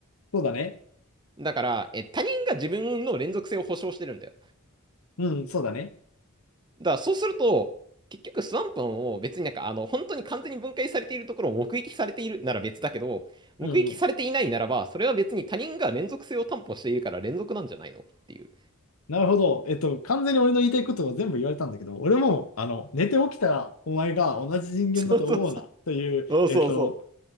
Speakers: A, on the left (about 80°); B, on the right (about 20°).
A: そうだね。
B: だから、え、他人が自分の連続性を保証してるんだよ。
A: うんうん、そうだね。
B: だからそうすると、結局スワンプも別になんかあの本当に完全に分解されているところを目撃されているなら別だけど、目撃されていないならば、
A: うんうん。
B: それは別に他人が連続性を担保しているから連続なんじゃないのっていう。
A: なるほど。えっと、完全に俺の言いたいことを全部言われたんだけど、俺も、あの、寝て起きたらお前が同じ人間だと思うな、
B: そうそうそう。
A: という、
B: そうそうそう。
A: えっと、